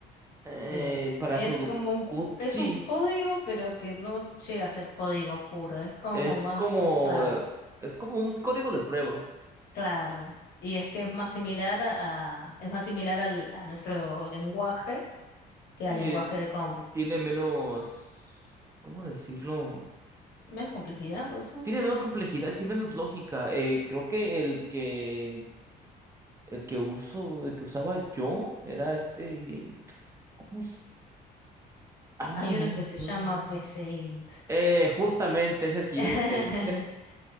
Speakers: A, on the right; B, on the left.
A: Eh,
B: Eh,
A: para
B: es
A: pseudocode,
B: como un, es
A: sí,
B: un código, pero que no llega a ser código puro, es como
A: es
B: más
A: como,
B: mezclado.
A: eh, es como un código de prueba.
B: Claro. Y es que es más similar a, es más similar al, a nuestro lenguaje que
A: Sí,
B: al lenguaje
A: es,
B: de compu.
A: tiene menos, ¿cómo decirlo?
B: Menos complejidad, puede ser.
A: Tiene menos complejidad, sí, menos lógica. Eh, creo que el que, el que uso, el que usaba yo era este, ¿cómo se- Ah, no
B: Hay
A: me
B: uno que
A: acuerdo.
B: se llama PCInt.
A: Eh, justamente es el que
B: <laughs>
A: yo usé,